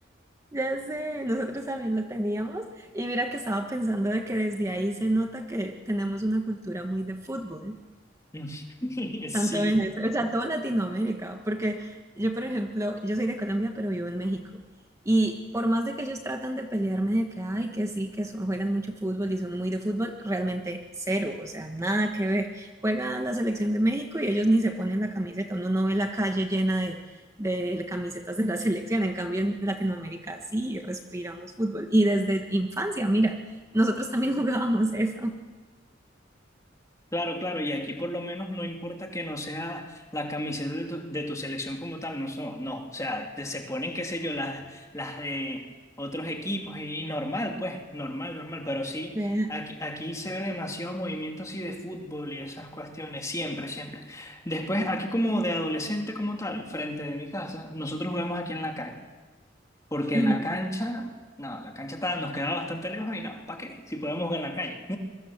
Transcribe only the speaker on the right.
Ya sé, nosotros también lo teníamos. Y mira que estaba pensando de que desde ahí se nota que tenemos una cultura muy de fútbol.
Tanto Venezuela, o sea, toda Latinoamérica, porque yo, por ejemplo, yo soy de Colombia, pero vivo en México. Y por más de que ellos tratan de pelearme de que, ay, que sí, que son- juegan mucho fútbol y son muy de fútbol, realmente cero, o sea, nada que ver. Juega la selección de México y ellos ni se ponen la camiseta, uno no ve la calle llena de, de camisetas de la selección. En cambio, en Latinoamérica sí respiramos fútbol. Y desde infancia, mira, nosotros también <laughs> jugábamos eso.
De-
ujú,